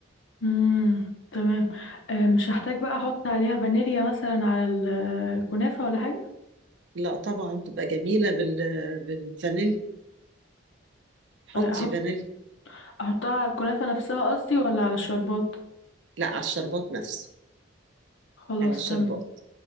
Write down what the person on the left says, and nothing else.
مم. تمام آه مش هحتاج بقى أحط عليها فانيليا مثلا على ال- الكنافة ولا حاجة؟
آه، أحط
أحطها على الكنافة نفسها قصدي ولا على الشربات؟
خلاص
تمام